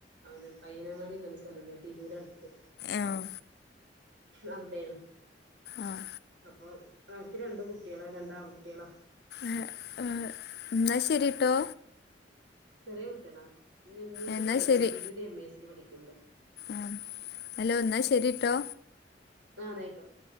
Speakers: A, on the right (about 75°); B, on the left (about 60°).
A: അവര് പയ്യനങ്ങാടിന്ന് പറഞ്ഞ സ്ഥലല്ലേ തിരൂര് അടുത്ത്
B: ആഹ്
A: അവിടെയാണ്
B: ആ
A: <unintelligible> രണ്ട് കുട്ടിയാള രണ്ട് ആൺകുട്ടിയാള
B: ഏ ആ ന്നാ ശരിട്ടോ
A: ചെറിയ കുട്ടിയളാ എം ഇ എസ്ൽ
B: എന്നാ
A: പഠിക്കണ
B: ശരി
A: തിരൂര് എം ഇ എസ്ൽ പഠിക്കണ്ട്
B: ആ അലോ ന്നാ ശരിട്ടോ
A: ആ ന്നായിക്കോട്ടെ